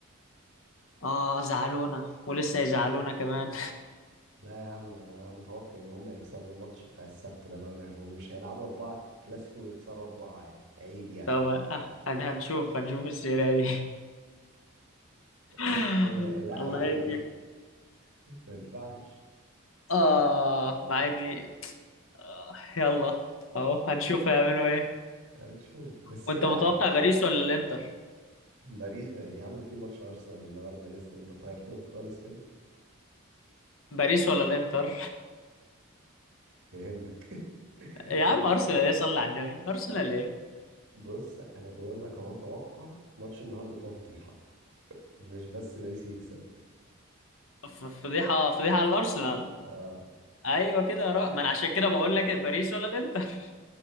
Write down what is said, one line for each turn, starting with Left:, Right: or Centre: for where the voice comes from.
Left: اه
Right: بس
Left: زعلونا ولسه يزعلونا كمان
Right: لا يا عم انا متوقع ان هم يكسبوا الماتش بتاع السبت ده بقى ما هم مش هيلعبوا اربعه كلاسيكو ويخسروا اربعه يعني عيب
Left: <laughs>
Right: يعني
Left: طب آه، هن- هنشوف هنشوف السيرة دي <laughs>
Right: اصل <laughs> آه، لا
Left: الله
Right: عيب
Left: يهديك
Right: يعني ما ينفعش
Left: اه مع اني آه، يلا اهو هنشوف هيعملوا ايه
Right: هنشوف بس
Left: وانت
Right: لا
Left: متوقع باريس ولا الانتر
Right: باريس آه، يا عم في ماتش ارسنال النهارده لسه انت طيرتهم خالص كده
Left: باريس ولا الانتر
Right: فهمتك <laughs>
Left: يا
Right: آه،
Left: عم ارسنال ايه صلي على النبي ارسنال ايه
Right: بص انا بقول لك اهو توقع ماتش النهارده ده فضيحه مش بس باريس يكسب
Left: ف- فضيحه فضيحه على الارسنال
Right: اه
Left: ايوه كده يا رأ ما انا عشان كده بقول لك باريس ولا الانتر